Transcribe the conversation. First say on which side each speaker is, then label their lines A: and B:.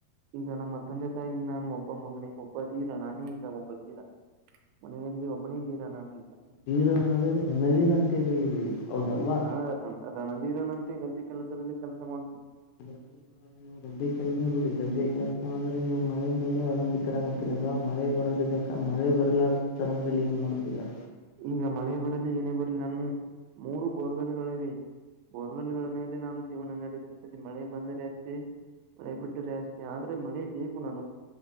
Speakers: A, on the right (about 85°); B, on the left (about 80°).
A: ಈಗ ನಮ್ಮ ಮತ್ತೊಂದೆ ತಾಯಿ ನಾನು ಒಬ್ಬ ಮಗನ ಒಬ್ಬ ತೀರಾ ನಾನೇ ಈಗ ಒಬ್ಬ ತೀರ ಮನೆಯಲ್ಲಿ ಒಬ್ಬನೇ ತೀರಾ ನಾನೀ ಈಗ
B: ವೀರ ರಣವೀರ ಅಂತಲ್ಲ ಇದವಿ ಹೌದಲ್ವಾ
A: ಹಾ ರಣಧೀರನಂತೆ ಗದ್ದೆ ಕೆಲಸದಲ್ಲಿ ಕೆಲಸ ಮಾಡ
B: ಅಂದ್ರೆ ಇವ ಗದ್ದೆ ಕೆಲಸ ಬಿಡಿ ಗದ್ದೆ ಕೆಲಸ ಅಂದ್ರೆ ನೀ ಮಳೆ ಮೇಲೆ ಅವಲಂಬಿತರಾಗತ್ತ ಅಲ್ವಾ ಮಳೆ ಬರದಿದ್ದ ಮಳೆ ಬರಲಾದ ಸಮಯ ಏನ್ ಮಾಡ್ತೀರಾ
A: ಈಗ ಮಳೆ ಬರಲಿ ಏನೇ ಬರಲಿ ನಾನು ಮೂರು ಬೋರ್ಗಲ್ಗಳು ಇವೆ ಬೋರ್ವೆಲ್ಗಳ ಮೇಲೆ ನಾನು ಜೀವನ ನಡೆಸುತ್ತದೆ ಮಳೆ ಬಂದರೆ ಅಷ್ಟೇ ಮಳೆ ಬಿಟ್ಟ್ರೆ ಅಷ್ಟೆ ಆದ್ರೆ ಮಳೆ ಬೇಕು ನಾನ